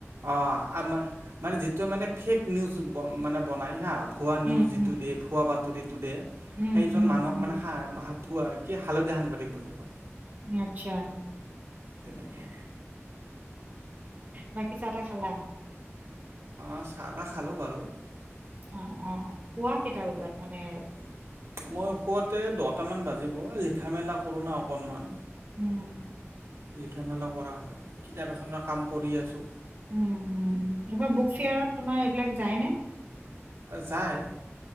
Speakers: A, on the right; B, on the right.
A: অ', আ মানে যিটো মানে ফেক নিউজ মানে বনাই হা ভুৱা নিউজ
B: উম
A: যিটো
B: উম
A: দিয়ে ভুৱা বাতৰিটো দিয়ে
B: উম
A: সেইজন
B: উম
A: মানুহক
B: উম
A: মানে হা ভুৱা কি হা'লধীয়া সাংবাদিক। বুলি কয়
B: আচ্ছা।
A: তেনেকুৱা
B: বাকী চাহ তাহ খালা?
A: অঁ চাহ তাহ খালোঁ বাৰু মই
B: অ অ পুৱা কেইটা বজাত মানে
A: খুৱতে দহট মান বাজিব লিখা মেলা কৰো না অকনমান
B: উম
A: লিখা মেলা কৰা হয় কিতাপ এখনৰ কাম কৰি আছোঁ
B: উম উম উম বুক ফেয়াৰত তোমাৰ এইবিলাক যায়নে
A: আহ যাই